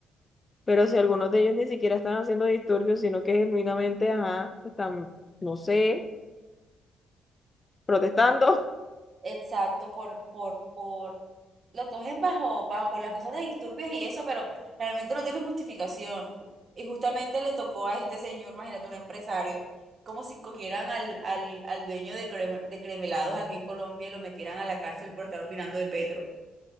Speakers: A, on the left; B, on the right.
A: Pero si algunos de ellos ni siquiera están haciendo disturbios, sino que genuinamente, ajá, están, no sé, protestando.
B: exacto, por por por lo cogen bajo, bajo las cosas de disturbios y eso, pero realmente no tiene justificación. Y justamente le tocó a este señor, imagínate, un empresario, como si cogieran al, al, al dueño de, creme- de cremelados aquí en Colombia y lo metieran a la cárcel por estar opinando de Petro.